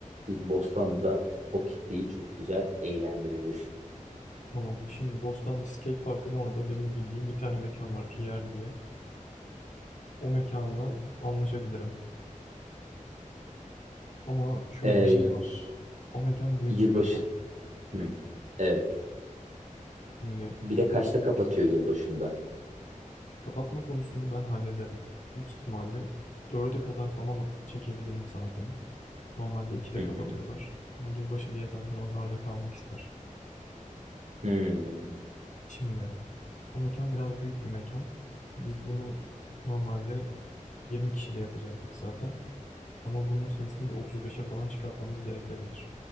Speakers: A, on the right; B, on the left.
A: Biz Bostanlı'da o kitleyi çok güzel eğlendiririz.
B: Tamam şimdi Bostanlı Skate Park'ın orada benim bildiğim bir tane mekan var Pierre diye. O mekanla anlaşabilirim. Ama şöyle
A: Ee,
B: bir şey var. O mekan büyük
A: yılbaşı...
B: bir mekan.
A: Hı. Evet.
B: Şimdi
A: Bir de kaçta kapatıyor yılbaşında?
B: kapatma konusunu ben hallederim. Büyük ihtimalle dörde kadar falan çekebilirim saatini. Normalde 2'de
A: Hı
B: kapatıyorlar.
A: hı.
B: Ama yılbaşı diye zaten onlar da kalmak ister.
A: Hmm.
B: Şimdi O mekan biraz büyük bir mekan. Biz bunu normalde 20 kişiyle yapacaktık zaten. Ama bunun sayısını bir 35'e falan çıkartmamız gerekebilir.